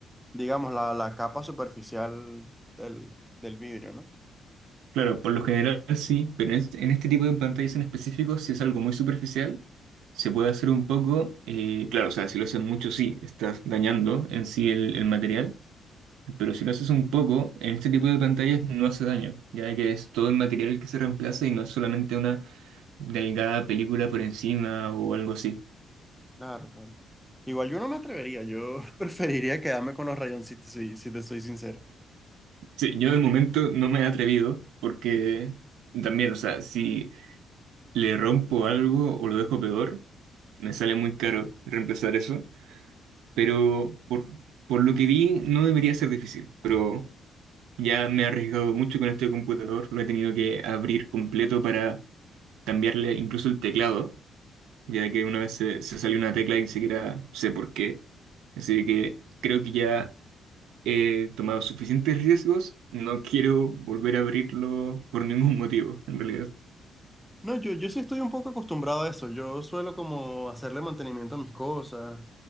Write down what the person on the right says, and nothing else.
claro, por lo general sí, pero en este, en este tipo de pantallas en específico, si es algo muy superficial, se puede hacer un poco, eh, claro, o sea, si lo hacen mucho sí, estás dañando en sí el el material Pero si lo haces un poco, en este tipo de pantallas no hace daño, ya que es todo el material que se reemplaza y no es solamente una delgada película por encima o algo así.
Sí, yo de momento no me he atrevido porque también, o sea, si le rompo algo o lo dejo peor, me sale muy caro reemplazar eso, pero por, por lo que vi no debería ser difícil, pero ya me he arriesgado mucho con este computador, lo he tenido que abrir completo para cambiarle incluso el teclado ya que una vez se, se salió una tecla y ni siquiera sé por qué. Así que creo que ya he tomado suficientes riesgos, no quiero volver a abrirlo por ningún <laughs> motivo, en realidad.